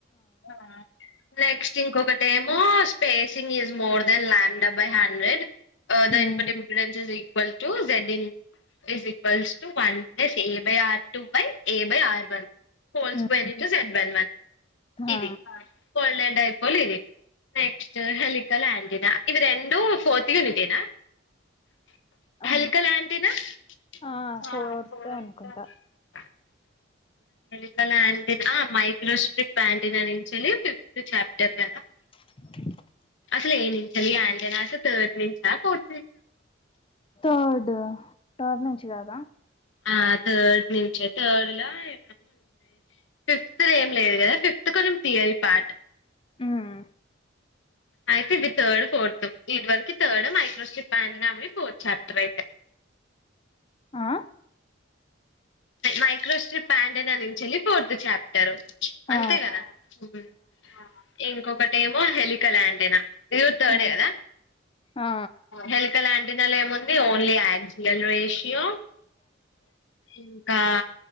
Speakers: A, on the left; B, on the left.
A: ఆ నెక్స్ట్ ఇంకొకటేమో మో spacing is more than lambda by hundred
B: హ్మ్
A: దైనిపతి impedance is equal to Z E is equals one plus A by R two by A by R one whole
B: హ్మ్
A: square into Z one one ఇది
B: ఆ
A: కొల్డ్యిపోలే ఇది next హలి కల్ ఏంటినా ఇవి రెండు ఫోర్త్ లో పెట్టిన <unintelligible>
B: ఆ
A: హల్కల్ ఏంటీనా <unintelligible>
B: ఆ ఫోర్త్ అనుకుంటా
A: మెలికల ఇ <unintelligible> ఆ మైక్రోస్ట్రిప్ పంటినచలి ఫిఫ్త్ చాప్టర్ కదా. <unintelligible>
B: <unintelligible>
A: అసలు ఏంటి ఏంటినలాస్ థర్డ్ నుంచ ఫోర్ <unintelligible>
B: థర్డ్ థర్డ్ నుంచి కదా
A: ఆ థర్డ్ నుంచే థర్డ్ లో ఏం వన్ ఏ <unintelligible> ఫిఫ్త్ లో ఏం లేదు కదా ఫిఫ్త్ కొంచెం థియరీ పార్ట్
B: హ్మ్
A: అయితే ఇవి థర్డ్ ఫోర్త్ ఇది వరకు థర్డ్ మైక్రోస్ట్రిప్ అంటెన్న వి ఫోర్ చాప్టర్ అయిపొ
B: అ
A: మైక్రోస్ట్రిప్ ప్యాంటినా నుంచెల్లి ఫోర్త్ చాప్టర్ అంతే
B: ఆ
A: కదా ఉమ్ ఆ ఇంకొకటి ఏం ఓ హెలికల్యాంటినా <unintelligible> ఇది కూడా థర్డే
B: ఉమ్,
A: ఏ కదా
B: ఆ
A: హెల్క లాంటినాలో ఏముంది ఓన్లీ యాక్జియల్ రేషియో ఇంకా